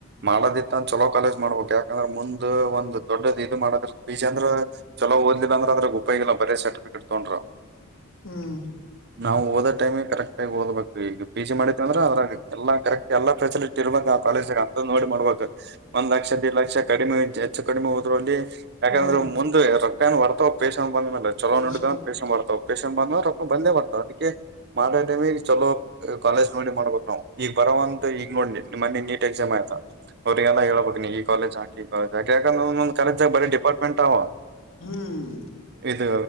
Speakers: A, on the right (about 45°); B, on the left (about 60°).
A: ಮಾಡೋದಿತ್ತ ಅಂತ ಚಲೋ ಕಲೇಜ್ ಮಾಡ್ಬೇಕು ಯಾಕಂದ್ರೆ ಮುಂದ ಒಂದು ದೊಡ್ ಇದು ಮಾಡದ ಬಜ ಅಂದ್ರ ಚಲೋ ಓದ್ಿಲ್ಲಂದ್ರ ಅದ್ರಗ್ ಉಪಯೋಗ ಇಿಲ್ಲ ಬೇ ಸರ್ಟಿಫಿಕೇಟ್ ತೊೊಂಡ್ರ
B: ಹ್ಮ್
A: ನಾವು ಓದ ಟೈಮ್ ಕರೆಕ್ಟ್ ಆಗಿ ಓದ್ಬೇಕು ಈಗ ಪಿ ಜಿ ಮಾಡಿತಿವ ಅಂದ್ರ ಅದ್ರಾಗ ಎಲ್ಲ ಕರೆಕ್ಟ್ ಎಲ್ಲ ಫೆಸಿಲಿಟಿ ಇರ್ಬೇಕ ಆ ಕಾಲೇಜಗ ನೋಡಿ ಮಾಡ್ಬೇಕ್ ಒಂದ್ ಲಕ್ಷ ದೇಡ್ ಲಕ್ಷ ಕಡಿಮೆ ಹೆಚ್ಚು ಕಡಿಮೆ ಹೋದ್ರೂ ಅಲ್ಲಿ ಯಾಕಂದ್ರೆ
B: ಹ್ಮ್
A: ಮುಂದ ರಕ್ತನ್ ಬರ್ತವ ಪೇಶನ್ ಬಂದ ಮೇ ಚಲೋ
B: ಪೇಶಂಟ್
A: ನೋಡಿದವ್ ಪೇೇಶನ್್ ಬರ್ತಾವ ಪೇೇಶನ್ ಬಂದ ರಕ್ ಬಂದೇ ಬರ್ತ ಅದಕ್ಕೆ ಮಾಡಾಟಮ ಚಲೋ ಕಾಲೇಜ್ ನೋಡಿ ಮಾಡ್ಬೇಕು ನಾವು ಈಗ ಬರಂತ ಈಗ ನ ಬಾನಿ ಮನಿ ಎಕ್ಸಾಮ್ ಆಯತ ಅವ್ರಿಗೆಲ್ಲ ಹ ಹೇಳಳ್ಬೇಕಕ್ ನೀ ಈಾಲಜ್ ಹಾಕ ಈ ಕಾಲಜ ಯಾಕಂದ್ರಂದ ಕಾಲಜ ಬೇ ಡಿಪಾರ್ಟ್ಮೆಂಟ್ ಅವ
B: ಹ್ಮ್
A: ಇದು